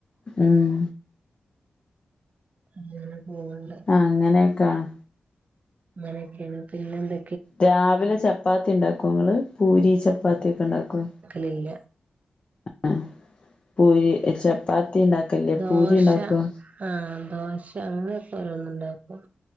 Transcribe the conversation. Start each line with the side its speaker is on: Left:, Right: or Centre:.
Left: ഉം
Right: അങ്ങെനെ പോവ്ണ്ട്.
Left: അങ്ങനെയൊക്കാണ്.
Right: അങ്ങനെയൊക്കെയാണ് പിന്നെന്തെ?
Left: രാവിലെ ചപ്പാത്തി ഉണ്ടാക്കോ ഇങ്ങള് പൂരി ചപ്പാത്തി ഒക്കെ ഉണ്ടാക്കോ?
Right: ലല്ല
Left: ആഹ് പൂരി ചപ്പാത്തി ഉണ്ടാക്കൽല്ല
Right: ദോശ
Left: പൂരി ഉണ്ടാക്കോ?
Right: ആഹ് ദോശ അങ്ങനൊക്കെ ഓരോന്നുണ്ടാക്കും